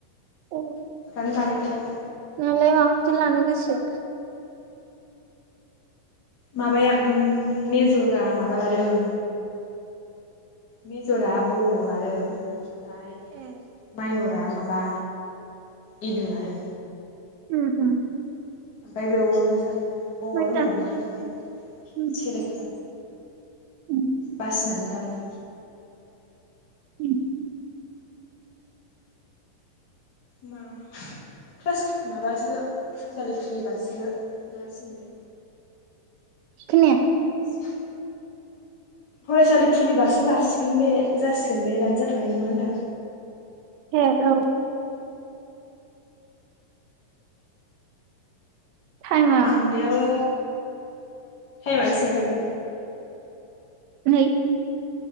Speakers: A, on the right; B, on the left.
A: औ
B: बानाय थवाखै
A: नालाय माखौथौ लानो गोसो
B: माबाया उ मेजरा माबा लादों मेजरा ब बड लादों ओमफाय
A: ए
B: माइनर रा माबा इदु लादों
A: उम उम
B: ओमफ्राय बेयावबो साबजेक बबावबा
A: मोजां
B: दंबावोना ओमफ्राय
A: उम
B: सेलेक्ट
A: उम
B: बासिनानै लानांगौ
A: उम
B: मा क्लास माबासो फरायसालि खुलिबासो मा सिनबाय
A: खोनाया
B: लासिगोन फरायसालि खुलिबासो लासिगोन बे जासिगोन बे दानो जाथ'नाय नङा होनदां
A: हे औ टाइमा
B: थांनायाबो टाइमा बेसेबां जाखो
A: है